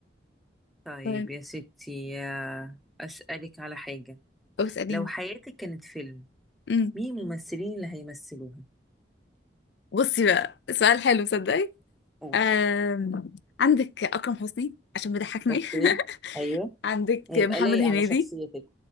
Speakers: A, in the centre; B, on the left.
A: طيب
B: طيب
A: يا ستي آه، اسالك على حاجه
B: اساليني
A: لو حياتك كانت فيلم
B: امم
A: مين الممثلين اللي هيمثلوها
B: بصي بقى سؤال حلو صدقي
A: قولي
B: آم، عندك اكرم حسني عشان بيضحكني
A: اوكي
B: <laughs>
A: ايوه
B: عندك
A: هيبقى
B: محمد
A: لايق
B: هنيدي
A: على شخصيتك